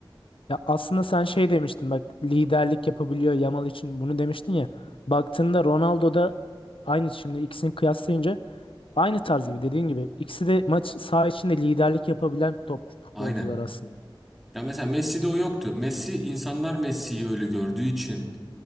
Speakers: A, on the left (about 85°); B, in the centre.
A: Ya aslında sen şey demiştin bak liderlik yapabiliyor Yamal için bunu demiştin ya. Baktığında Ronaldo da aynı şimdi ikisini kıyaslayınca aynı tarz gibi dediğin gibi ikisi de maç saha içinde liderlik yapabilen top futbolcular
B: Aynen.
A: aslında.
B: Ya mesela Messi'de o yoktu. Messi insanlar Messi'yi öyle gördüğü için